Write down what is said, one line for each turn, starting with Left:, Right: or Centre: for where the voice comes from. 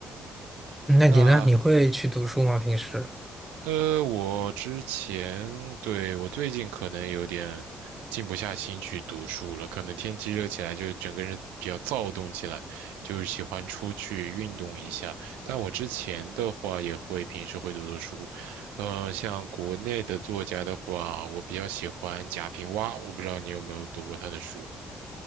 Centre: 那你呢？
Right: 那
Centre: 你会去读书吗？平时？
Right: 呃，我之前，对，我最近可能有点静不下心去读书了，可能天气热起来，就整个人比较躁动起来，就是喜欢出去运动一下。但我之前的话，也会平时会读读书，呃，像国内的作家的话，我比较喜欢贾平凹，我不知道你有没有读过他的书，